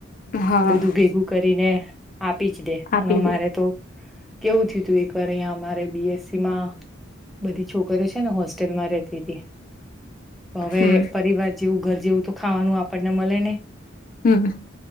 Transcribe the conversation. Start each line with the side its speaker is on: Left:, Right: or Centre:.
Left: હા
Centre: બધું ભેગું કરીને આપી જ દે
Left: આપી
Centre: અને
Left: દે
Centre: મારે તો કેવું થયું તું એક વાર અહીંયા અમારે બી એસ સી માં બધી છોકરી છે ને હોસ્ટેલમાં રહેતી હતી. તો હવે
Left: હમ
Centre: પરિવાર જેવું ઘર જેવું તો ખાવાનું આપણને મલે ની
Left: હમ.